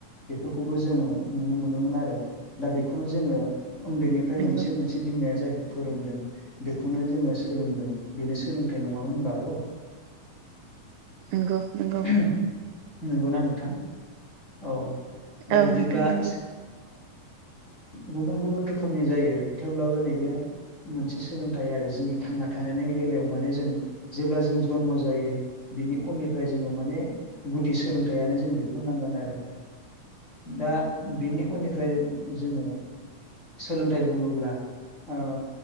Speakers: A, on the left; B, on the right.
A: बेफोरखौबो जोङो नुनो मोनोमोन आरो दा बेखौनो जोङो उन्दैनिफ्राय
B: नंगौ
A: मोनसे- मोनसे बिमाया जायखौ फोरोंदों बेखौनो जोङो सोलोंदों। बेनो सोलोंथाइ नङामोन होनबा आब'?
B: नंगौ नंगौ।
A: नंगौना नोंथां? औ दा
B: औ
A: बिदिब्ला
B: नोंथां
A: <unintelligible>
B: नंगौ
A: <unintelligible> गुबुन -गुबुन रोखोमनि जायो थेवब्लाबो नैबे मोनसे सोलोंथाइ आरो जोंनि थांना थानायनि बेलायाव माने जों जेब्ला जों जनम जायो बिनि उननिफ्राय जोङो माने गुदि सोलोंथाइआनो जों बेखौ नांगोन आरो। दा बेनि उननिफ्राय जोङो सोलोंथाइ बुङोब्ला ओ